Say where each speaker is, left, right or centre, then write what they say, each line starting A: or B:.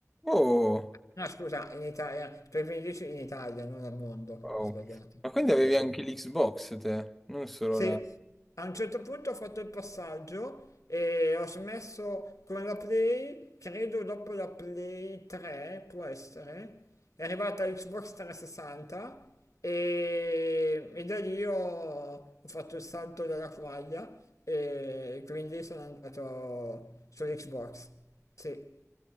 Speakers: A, in the centre; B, on the left.
A: Oh,
B: No, scusa, in Italia, tra i primi 10 in Italia, non al mondo,
A: wow.
B: ho sbagliato,
A: Ma quindi avevi
B: sì sì.
A: anche l'Xbox te, non solo
B: Sì,
A: la...
B: a un certo punto ho fatto il passaggio e ho smesso con la Play, credo dopo la Play 3, può essere, è arrivata Xbox 360 e, e da lì ho, ho fatto il salto della quaglia e quindi sono andato sull'Xbox. Sì,